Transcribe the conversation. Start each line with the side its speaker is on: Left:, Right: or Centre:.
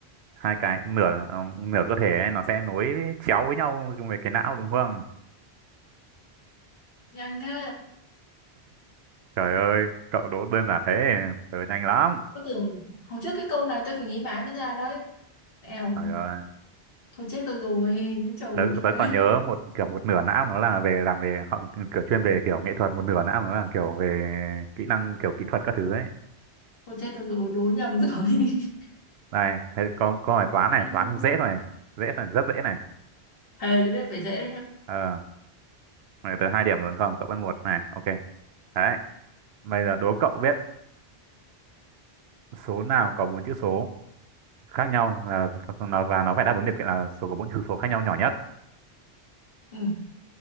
Right: hai cái nửa ờ, nửa cơ thể ấy, nó sẽ nối chéo với nhau về cái não đúng không?
Left: nhanh thế
Right: Trời ơi, cậu đố đơn giản thế, tớ nhanh lắm.
Left: tôi tưởng hồi trước cái câu này tôi phải nghĩ mãi mới ra đấy eo
Right: Trời ơi,
Left: thôi chết tôi rồi cái chầu
Right: tớ,
Left: cà phê
Right: tớ còn nhớ một kiểu một nửa não nó là về làm về họ kiểu chuyên về kiểu nghệ thuật, một nửa não nó là kiểu về kỹ năng kiểu kỹ thuật các thứ ấy.
Left: thôi chết tôi rồi đố nhầm rồi <laughs>
Right: Này, thế có có bài toán này,
Left: Ây
Right: toán
Left: dô,
Right: nhưng dễ thôi, dễ thôi, rất dễ này.
Left: thề đấy đấy phải dễ đấy nhá
Right: Ờ, này, tớ hai điểm rồi đúng không? Cậu vẫn một này, ok. Đấy, bây giờ đố cậu biết số nào có bốn chữ số khác nhau là nó và nó phải đáp ứng điều kiện là số có bốn chữ số khác nhau nhỏ nhất
Left: ừ.